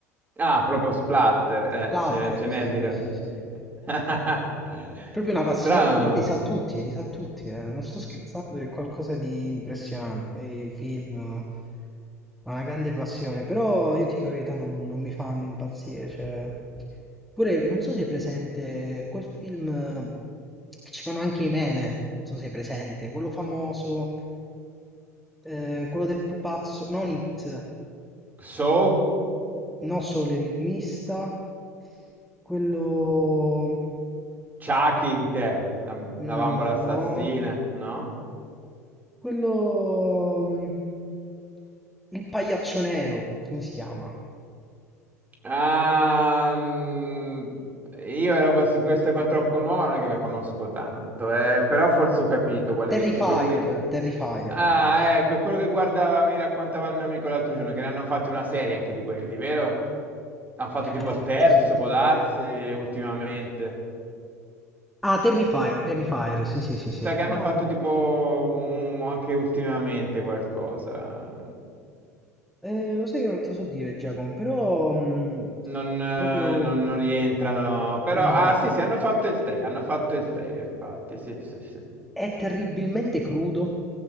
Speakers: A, on the right; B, in the centre.
A: Ah, proprio splatter, eh,
B: Splatter,
A: ce ce n'è
B: sì,
A: a dire.
B: sì, sì.
A: <laughs>
B: Proprio una passione,
A: Strano.
B: li sa tutti, li sa tutti, eh. Non sto scherzando, è qualcosa di impressionante. Lei film ha una grande passione, però io ti dico la verità, non, non mi fanno impazzire. Cioè... Pure, non so se è presente quel film eh, che ci fanno anche i meme, non so se è presente, quello famoso, eh, quello del pupazzo, non It,
A: So,
B: non solo l'enigmista, quello...
A: Chucky, che è? La,
B: mm,
A: la bambola assassina,
B: no.
A: no?
B: Quello... mh, Il pagliaccio nero, come si chiama?
A: Ah, mm, io la roba su questa qua troppo nuova non è che la conosco tanto, eh, però forse ho capito quale
B: Terrifier,
A: che dice. Quello con i-
B: Terrifier,
A: Ah,
B: forse.
A: ecco, è quello che guardava, mi raccontava il mio amico l'altro giorno, che ne hanno fatti una serie anche di quelli, vero? Hanno fatto
B: Eh
A: tipo
B: no,
A: il
B: non
A: terzo,
B: ti so dire.
A: può darsi, ultimamente.
B: Ah, Terrifier,
A: O-
B: Terrifier, sì, sì, sì,
A: Mi
B: sì.
A: sa che hanno
B: No,
A: fatto tipo un- anche ultimamente qualcosa.
B: eh, lo sai che non ti so dire, Giacomo, però mh,
A: Non, eh,
B: proprio
A: non- non rientrano, però...
B: no.
A: Ah, sì, sì, hanno fatto il 3, hanno fatto il 3, infatti, sì, sì, sì.
B: È terribilmente crudo,